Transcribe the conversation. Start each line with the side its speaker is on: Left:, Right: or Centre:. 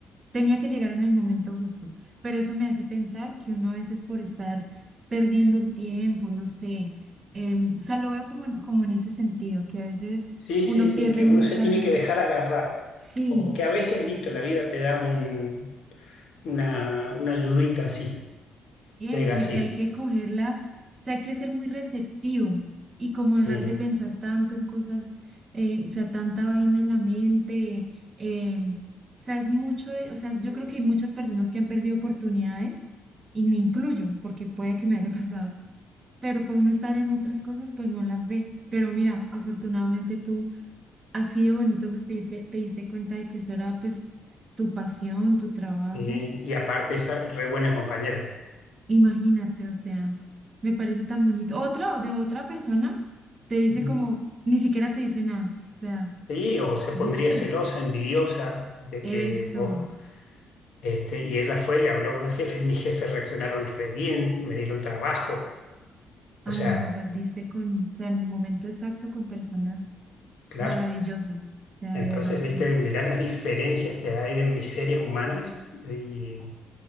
Right: Tenía que llegar en el momento justo, pero eso me hace pensar que uno a veces por estar perdiendo el tiempo, no sé, em, o sea, lo veo como, en- como en ese sentido, que a veces
Left: Sí,
Right: uno
Left: sí, sí,
Right: pierde
Left: que
Right: mucha,
Left: uno se tiene que dejar agarrar.
Right: sí,
Left: O que a veces, listo, la vida te da un, una, una ayudita así,
Right: eso,
Left: llega así.
Right: y que hay que cogerla, o sea, hay que ser muy receptivo y como
Left: Sí,
Right: dejar de pensar tanto en cosas, eh, o sea, tanta vaina en la mente, em, o sea, es mucho de, o sea, yo creo que hay muchas personas que han perdido oportunidades, y me incluyo, porque puede que me haya <laughs> pasado pero por uno estar en otras cosas, pues no las ve. Pero mira, afortunadamente tú, así de bonito, pues te, te- te diste cuenta de que eso era pues tu pasión, tu trabajo.
Left: sí. Y aparte es re buena compañera.
Right: Imagínate, o sea, me parece tan bonito. Otra o de otra persona te dice
Left: Ujú.
Right: como, ni siquiera te dice nada. O sea,
Left: Sí, o se
Right: ¿viste?
Left: pondría celosa, envidiosa de
Right: Eso.
Left: que vos, este, y ella fue, le habló con los jefes, mis jefes reaccionaron re bien, me dieron trabajo.
Right: Ay,
Left: O sea,
Right: no, pues o sea, diste con, o sea, en el momento exacto con personas
Left: claro.
Right: maravillosas. O sea,
Left: Entonces,
Right: de verdad
Left: viste,
Right: que.
Left: mirá las diferencias que hay de miserias humanas y